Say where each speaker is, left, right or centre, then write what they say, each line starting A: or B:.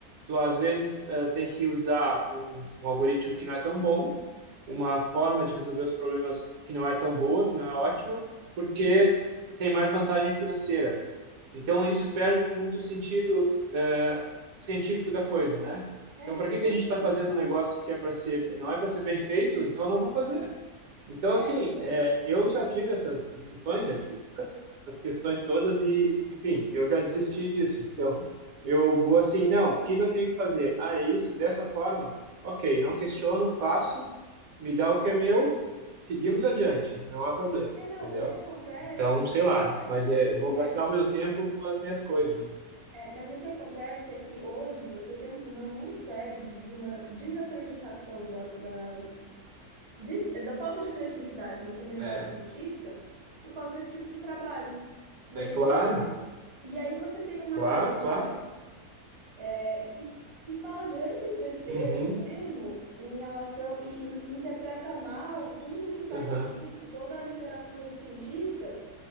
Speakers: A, on the right; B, on the right.
A: tu às vezes eh, tem que usar um, um algoritmo que não é tão bom, uma forma de resolver os problemas que não é tão boa, que não é ótima, porque tem mais vantagem financeira. Então isso perde muito o sentido eh, científico da coisa, né?
B: É,
A: Então, por que
B: mas
A: que a gente
B: assim,
A: está fazendo um negócio que é para ser, não é para ser bem feito? Então, eu não vou fazer. Então,
B: é,
A: assim,
B: então.
A: é, eu já tive essas discussões, já tive essas, essas questões todas e, enfim, eu já desisti disso. <laughs> Então, eu vou assim, não, o que que eu tenho que fazer? Ah, é isso, dessa forma? Ok, não questiono, faço, me dá o que é meu, seguimos adiante, não há problema,
B: É, não,
A: entendeu?
B: o que acontece,
A: Então,
B: o
A: sei
B: que
A: lá,
B: aconte-
A: mas
B: o que
A: é,
B: que acontece,
A: eu vou gastar o meu tempo com as minhas coisas. né?
B: é, mas o que acontece é que hoje você tem um problema muito sério de, de uma desacreditação da, da, des- da falta de credibilidade na comunidade
A: É,
B: científica por causa desse tipo de trabalho. E
A: é
B: aí
A: claro,
B: você, e aí você tem uma
A: claro,
B: galera,
A: claro.
B: é, que, que fala grandes besteiras
A: Uhum,
B: mesmo em relação e, e interpreta mal tudo que está
A: uhum.
B: escrito, toda a literatura científica.